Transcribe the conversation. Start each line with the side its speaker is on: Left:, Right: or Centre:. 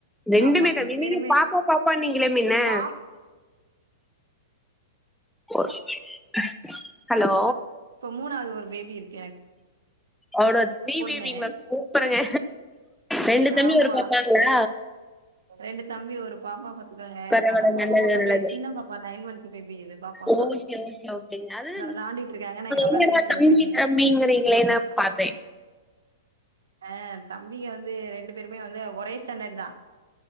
Centre: ரெண்டுமே
Right: ஆமா
Centre: தம்பி
Right: ரெண்டு பேருமே
Centre: நீங்க பாப்பா பாப்பா நீங்கள மின்ன
Right: பாப்
Centre: <unintelligible> ஹலோ
Right: மூணாது ஒரு பேபி இருக்
Centre: அவடோ த்ரீ
Right: பொண்ணு
Centre: பேபிங்கலா சூப்பருங்க ரெண்டு தம்பி
Right: ஆமா
Centre: ஒரு பாப்பாங்களா
Right: ரெண்டு தம்பி ஒரு பாப்பா பாத்துக்கோங்க
Centre: பரவல
Right: அதா பாப்பா
Centre: நல்லது
Right: பாப்பான்றே
Centre: நல்லது
Right: சின்ன பாப்பா நைன் மந்த் பேபி இது பாப்பா
Centre: ஓகே ஓகே ஓகேங்க அது
Right: இந்தா வெளாண்டிட்டு இருக்காங்க நா இங்கன உக்காந்து
Centre: என்னடா
Right: பேசிக்கிட்டு
Centre: தம்பி
Right: இருக்கே
Centre: தம்பிறீங்களே நா பாத்தே
Right: <inaudible> ஆ தம்பிங்க வந்து ரெண்டு பேருமே வந்து ஒரே ஸ்டாண்டர்ட் தா